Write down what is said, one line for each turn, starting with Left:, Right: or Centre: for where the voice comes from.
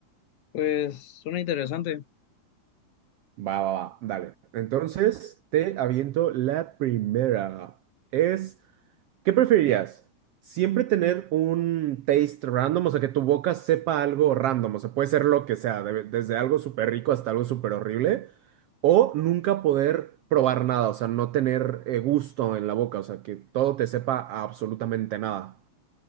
Left: Pues suena interesante.
Right: Va, va, va, dale. Entonces, te aviento la primera. Es, ¿qué preferirías? ¿Siempre tener un taste random? O sea, que tu boca sepa algo random. O sea, puede ser lo que sea, de- desde algo súper rico hasta algo súper horrible. O nunca poder probar nada, o sea, no tener eh, gusto en la boca, o sea, que todo te sepa a absolutamente nada.